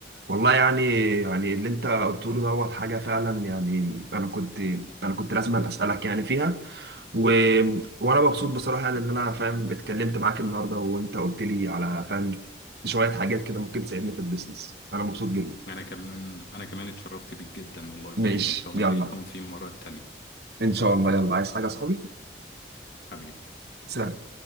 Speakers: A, on the right; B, on the left.
A: والله يعني يعني اللي انت قلته له دوت حاجه فعلا يعني انا كنت انا كنت لازم اسالك يعني فيها و... وانا مبسوط بصراحه يعني ان انا فاهم اتكلمت معاك النهارده وانت قلت لي على فاهم شويه حاجات كده ممكن تساعدني في البيزنس انا مبسوط جدا
B: أنا كمان أنا كمان اتشرفت بيك جدا والله
A: ماشي
B: يعني وإن شاء الله
A: يلا
B: يكون في مرات تانية
A: ان شاء الله يلا عايز حاجه يا صاحبي
B: حبيبي
A: سلام